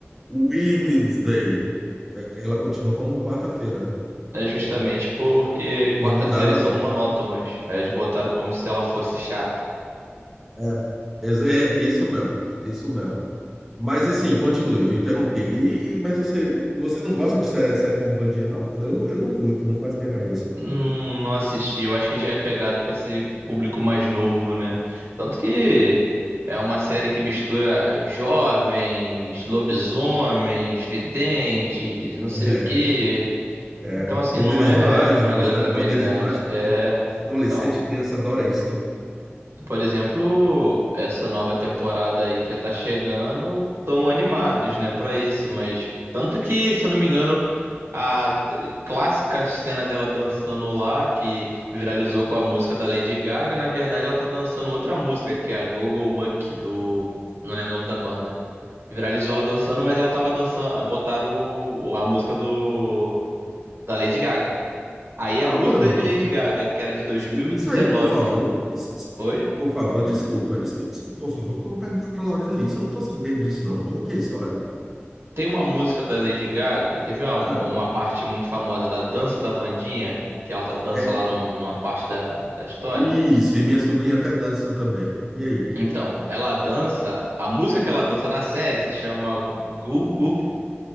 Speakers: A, in the centre; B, on the right.
A: Wednesday. É, Ela continuou como quarta-feira, né?
B: É justamente
A: É, não,
B: porque
A: não
B: quarta-feiras
A: mudaram, não.
B: são monótonas. Aí Eles botaram como se ela fosse chata.
A: É, ex- é isso mesmo, isso mesmo. Mas assim, continue, eu interrompi. E, e- mas você, você não gosta de sé- série como Vandinha, não? Eu não, eu não curto, não faz minha cabeça, não.
B: Não, não assisti, eu acho que já é pegado pra esse público mais novo, né? Tanto que é uma série que mistura jovens, lobisomens, videntes, não sei
A: É,
B: o quê.
A: é.
B: Então, assim,
A: Poderes
B: não é
A: mágicos,
B: pra galera
A: né?
B: da
A: Poderes
B: minha idade.
A: mágicos,
B: É.
A: que adolescente
B: Então,
A: e criança adora isso, né?
B: por exemplo, essa nova temporada aí que já tá chegando, tão animados, né, pra isso, mas. Tanto que, se eu não me engano. A clássica cena dela dançando lá, que viralizou com a música da Lady Gaga, na verdade ela tá dançando outra música, que é a Go-Go Muck do. Não lembro o nome da banda. Viralizou ela dançando, mas ela tava dançando. Botaram o- o- a música do. da Lady Gaga. Aí a
A: Ah,
B: música
A: mano,
B: da Lady Gaga, que era de 2019,
A: explica isso aí, por favor.
B: que.
A: Isso, explica
B: Oi?
A: por favor, desculpa. Explica isso aí, por favor, porque eu vou perguntar pra Lorena isso. Eu não tô sabendo disso, não. Como é que é a história?
B: Tem uma música da Lady Gaga. Teve uma,
A: Ah,
B: uma parte muito famosa da dança da Wandinha, que ela tá dança
A: é,
B: lá num- numa parte da da história.
A: isso, e minha sobrinha até dança também. E aí?
B: Então, ela dança. A música que ela dança na série se chama Google